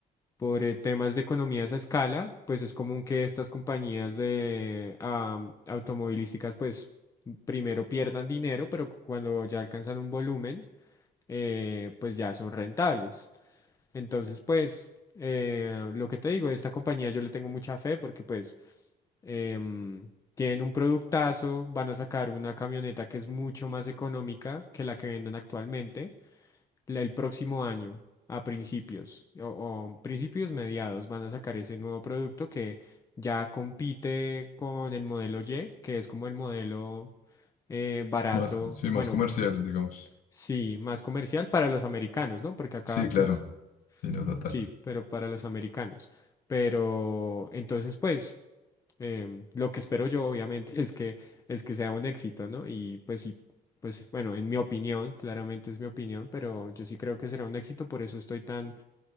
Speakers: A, on the left; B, on the left.
A: por eh, temas de economías a escala, pues es común que estas compañías de ah, automovilísticas, pues primero pierdan dinero, pero cuando ya alcanzan un volumen, eh, pues ya son rentables. Entonces, pues eh, lo que te digo, esta compañía yo le tengo mucha fe porque pues em, tienen un productazo, van a sacar una camioneta que es mucho más económica que la que venden actualmente la- el próximo año, a principios o, o principios mediados, van a sacar ese nuevo producto que ya compite con el modelo Y, que es como el modelo eh, barato,
B: más, sí, más
A: bueno,
B: comercial, digamos.
A: sí, más comercial para los americanos, ¿no? Porque acá,
B: Sí, claro.
A: pues,
B: Sí, no, total.
A: sí, pero para los americanos. Pero entonces, pues em, lo que espero yo, obviamente, <laughs> es que, es que sea un éxito, ¿no? Y pues sí, pues bueno, en mi opinión, claramente es mi opinión, pero yo sí creo que será un éxito, por eso estoy tan,